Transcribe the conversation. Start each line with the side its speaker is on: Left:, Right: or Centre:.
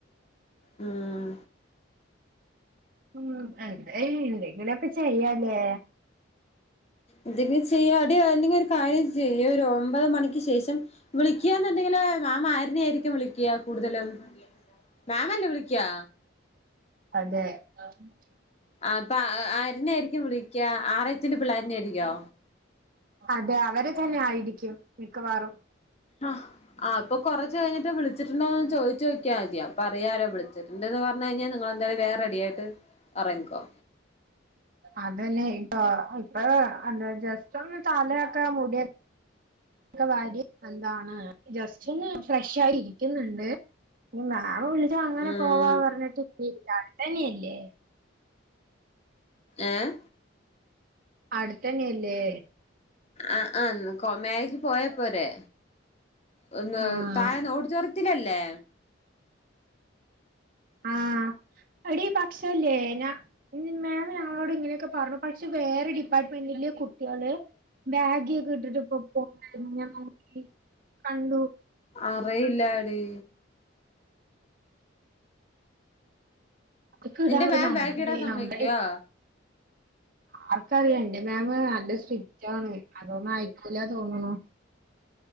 Left: ഉം
Right: ഉം എന്തായി എന്തെങ്കിലൊക്കെ ചെയ്യാല്ലേ
Left: എന്തെങ്കിലും ചെയ്യാടി അല്ലെങ്കി ഒരു കാര്യം ചെയ്യ് ഒരു ഒമ്പത് മണി ക്ക് ശേഷം വിളിക്കാന്നുണ്ടെങ്കില് മാം ആര്നേയിരിക്കും വിളിക്ക്യാ കൂടുതലും മാമല്ലേ വിളിക്ക്യാ
Right: അതെ <unintelligible>
Left: അപ്പ അ ആ ആര്നേയിരിക്കും വിളിക്ക്യാ ആറ് എച്ചിന്റെ പിള്ളേര്നേയിരിക്കോ
Right: അതെ അവരെ തന്നെ ആയിരിക്കും മിക്കവാറും
Left: ആഹ് ആ അപ്പൊ കൊറച്ച് കഴ്ഞ്ഞിട്ട് വിളിച്ച് ട്ട്ണ്ടോന്ന് ചോയിച്ചോക്ക്യാദ്യം അപ്പ അറിയാലോ വിളിച്ച്ട്ട്ണ്ട്ന്ന് പറ്ഞ്ഞഴിഞ്ഞാൽ നിങ്ങളെന്തായാലും വേം റെഡിയായിട്ട് അറങ്ങിക്കോ
Right: അതന്നെ ഇപ്പൊ ഇപ്പൊ ആ എന്താ ജസ്റ്റൊന്ന് തലയൊക്കെ മുടിയൊക്കെ വാരി എന്താണ് ജസ്റ്റ് ഒന്ന് ഫ്രഷായി ഇരിക്കിന്ന്ണ്ട് ഇനി മാമ് വിളി ച്ചാ അങ്ങനെ
Left: ഉം
Right: പോവാ പറഞ്ഞിട്ട് <unintelligible> ഏ
Left: ഏഹ്
Right: അടുത്തന്നേല്ലേ
Left: ആ ആന്ന് കൊ മ്മേക്ക് പോയപ്പോരെ ഒന്ന്
Right: ആഹ്
Left: തായെന്ന് ഓടിച്ചറ ത്തിലല്ലേ
Right: ആ എടീ പക്ഷേയില്ലേ ഞ മാം ഞങ്ങളോട് ഇങ്ങനെയൊക്കെ പറഞ്ഞു പക്ഷേ വേറെ ഡിപ്പാർട്ട്മെന്റില് കു ട്ട്യാള് ബാഗിയൊക്കെ ഇട്ടിട്ട് പോ <unintelligible> നോക്കി കണ്ടു
Left: അറിയില്ലാടി
Right: ഇതൊക്കെ
Left: നിന്റെ
Right: ഇടാൻ പറ്റും
Left: മാം
Right: നമ്മടെ
Left: ബേഗിടാൻ സമ്മയിക്കുവോ
Right: നമ്മടെ ആർക്കറിയാം എന്റെ മാമ് നല്ല സ്‌ട്രിക്കറ്റാണ് അതൊന്നും അയക്കൂല തോന്നുണൂ